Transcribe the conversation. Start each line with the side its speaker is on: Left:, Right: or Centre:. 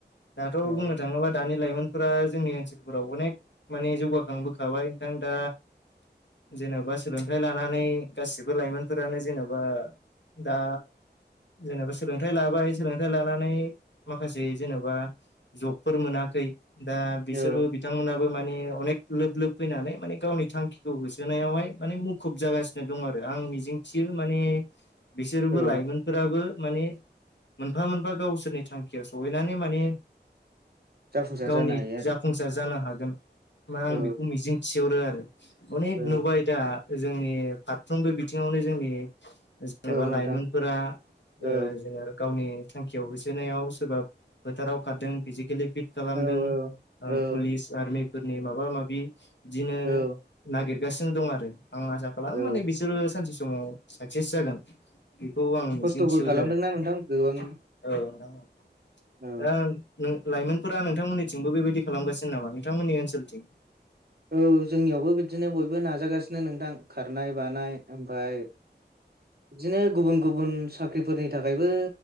Left: दाथ'
Right: औ
Left: बुंनो थाङोबा दानि लाइमोनफोरा जोंनि ओनसोल राव अनेक माने जौगाखांबोखाबाय नोंथां दा जेन'बा सोलोंथाइ लानानै गासिबो लाइमोनफोरानो जेन'बा दा जेनेबा सोलोंथाइ लाबाय सोलोंथायाइ लानानै माखासे जेन'बा जबफोर मोनाखै दा बिसोरबो
Right: औ
Left: बिथांमोनाबो माने अनेक लोब लोब फैनानै माने गावनि थांखिखौ होसोनायावहाय माने मुखुब जागासिनो दं आरो आंनि मिजिं थियो माने बिसोरबो
Right: औ
Left: लाइमोनफोराबो माने मोनफा मोनफा गावसोरनि थांखियाव सहैनानै माने
Right: जाफुंसार
Left: गावनि
Right: जानो हायो आरो
Left: जाफुंसार जानो हागोन मा आं
Right: औ
Left: बेखौ मिजिं थिहरो आरो अनेक
Right: औ
Left: नुबाय दा जोंनि फारफ्रोमबो बिथिङावनो जोंनि जेनेबा
Right: औ औ नोंथां
Left: लाइमोनफोरा
Right: औ
Left: जेनेबा गावनि थांखियाव होसो नायाव सोरबा फोथाराव खारदों फिजिकेलि फिट खालामदों
Right: औ
Left: ओ
Right: औ
Left: पुलिस आर्मि फोरनि माबा माबि बिदिनो
Right: औ
Left: नागिरगासिनो दं आरो आं आसा खालाम
Right: औ
Left: माने बिसोरो सानसे समाव साक्सेस जागोन बेखौ आं मिजिं
Right: खस्थ'बो
Left: थिहरो
Right: खालामदोंना
Left: आरो
Right: नोंथां गोबां
Left: दा
Right: औ
Left: लाइमोनफोरा नोंथांमोननिथिंबो बेबायदि खालामगासिनो नामा नोंथांमोननि ओनसोलथिं?
Right: औ जोंनियावबो बिदिनो बयबो नाजागासिनो नोंथां खारनाय बानाय ओमफफ्राय बिदिनो गुबुन गुबुन साख्रिफोरनि थाखायबो